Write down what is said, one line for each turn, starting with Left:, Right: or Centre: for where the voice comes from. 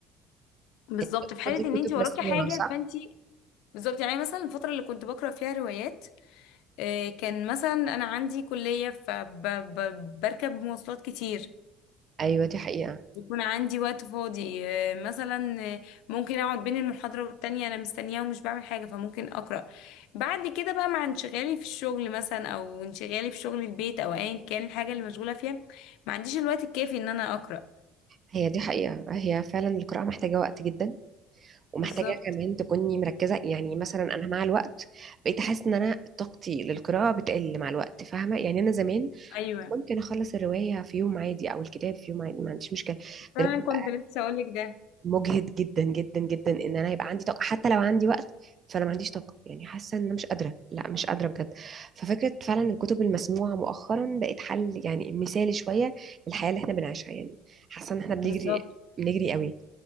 Left: بالظبط
Right: انت بتاخدي
Left: في حالة
Right: كتب
Left: ان انت وراكي
Right: مسموعة
Left: حاجة
Right: صح؟
Left: فانت بالظبط يعني مثلا الفترة اللي كنت بقرأ فيها روايات آه، كان مثلا أنا عندي كلية فبركب مواصلات كتير
Right: ايوه دي حقيقة
Left: يكون عندي وقت فاضي آه، مثلا آه، ممكن أقعد بين المحاضرة والتانية أنا مستنية ومش بعمل حاجة فممكن أقرأ بعد كده بقى مع انشغالي في الشغل مثلا أو انشغالي في شغل البيت أو أيا كان الحاجة اللي مشغولة فيها ما عنديش الوقت الكافي إن أنا أقرأ
Right: هي دي حقيقة هي فعلا القراءة محتاجة وقت جدا ومحتاجة
Left: بالظبط
Right: كمان تكوني مركزة يعني مثلا أنا مع الوقت بقيت أحس إن أنا طاقتي للقراءة بتقل مع الوقت فاهمة يعني أنا زمان
Left: أيوه
Right: ممكن أخلص الرواية في يوم عادي أو الكتاب في يوم عادي ما عنديش مشكلة
Left: فعلا
Right: دلوقتي
Left: كنت لسه أقولك ده
Right: مجهد جدا جدا جدا ان انا هيبقى عندي طاقه حتى لو عندي وقت فانا ما عنديش طاقه يعني حاسه ان انا مش قادره لا مش قادره بجد ففكره فعلا الكتب المسموعه مؤخرا بقت حل يعني مثالي شويه للحياه اللي احنا بنعيشها يعني حاسه ان احنا بنجري
Left: بالظبط
Right: بنجري قوي